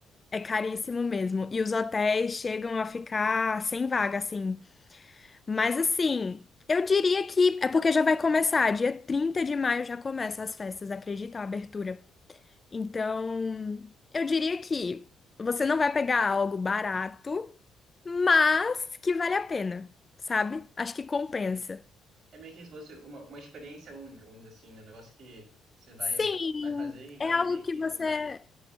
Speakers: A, on the left; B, on the right.
A: É caríssimo mesmo. E os hotéis chegam a ficar sem vaga, assim. Mas assim, eu diria que é porque já vai começar. Dia 30 de maio já começa as festas, acredita? A abertura. Então, eu diria que você não vai pegar algo barato, mas que vale a pena, sabe? Acho que compensa.
B: É meio que se fosse uma, uma experiência única, vamos dizer assim, né? Um negócio que você vai,
A: Sim,
B: vai fazer e vai
A: é algo
B: meio que
A: que você.
B: lembrar.